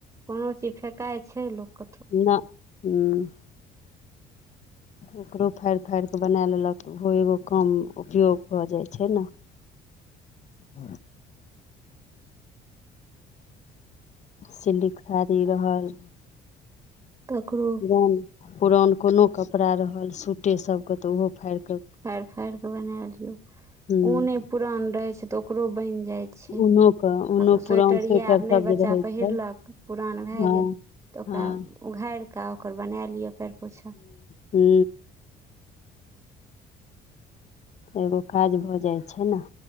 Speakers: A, on the right; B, on the left.
A: कोनो चीज फेकाइ छै लोक
B: नऽ हूँ ओकरो फाड़ि फाड़ि कऽ बनाए लेलक ओहो एगो काम उपयोग भऽ जाइ छैय न <inaudible> सिलक साड़ी रहल
A: ककरो
B: पुरान पुरान कोनो कपड़ा रहल सूटे सबके तऽ ओहो फाड़ि कऽ
A: फाड़ि फाड़ि के बना लियौ
B: हूँ
A: ऊने पुरान रहे छै तऽ ओकरो बनि जाय छै
B: ऊनो के ऊनो
A: आब स्वेटर
B: पुरान
A: यए आब
B: सब
A: नहि बच्चा
B: जे रहै छै
A: पहिरलक पुरान भए
B: हँ
A: गेल तऽ ओकरा
B: हँ
A: उघारि कऽ ओकर बना लिअ पएर पोछा
B: हू एगो काज भऽ जाइ छै ने